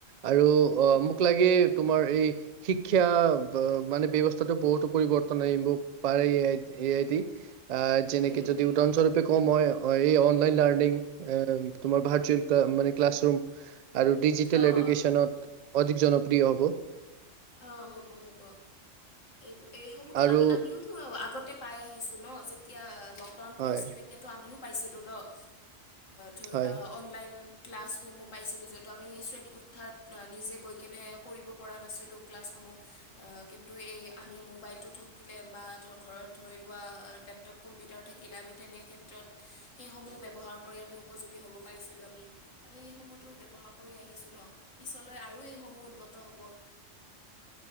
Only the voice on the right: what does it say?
আৰু
অ', মোক লাগে তোমাৰ এই শিক্ষা মানে ব্যৱস্থাটো বহুতো পৰিৱৰ্তন আনিব পাৰে এ আই এ আই দি। আহ, যেনেকে
যদি উদাহৰণস্বৰূপে কওঁ মই এই অনলাইন লাৰ্ণিং, এ তোমাৰ ভাৰ্চুৱেল মানে ক্লাছ ৰুম আৰু ডিজিটেল
এডুকেশ্যনত অধিক জনপ্ৰিয় হ'ব।
আৰু
হয়
হয়